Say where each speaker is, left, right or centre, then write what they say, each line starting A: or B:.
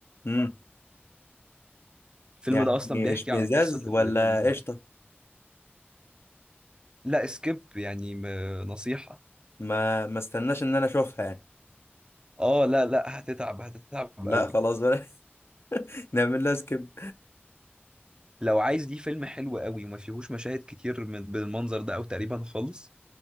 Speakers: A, on the left (about 70°); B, on the right (about 20°).
A: امم
B: الفيلم
A: يعني
B: ده اصلا بيحكي
A: اشمئزاز
B: عن قصة
A: ولا
B: ال... ال...
A: قشطه
B: لا سكيب يعني م- نصيحة
A: ما ما استناش ان انا اشوفها يعني
B: اه لا لا هتتعب هتتعب
A: لا
B: قوي
A: خلاص <laughs> نعمل لها سكيب
B: لو عايز ليه فيلم حلو قوي وما فيهوش مشاهد كتير من بالمنظر ده او تقريبا خالص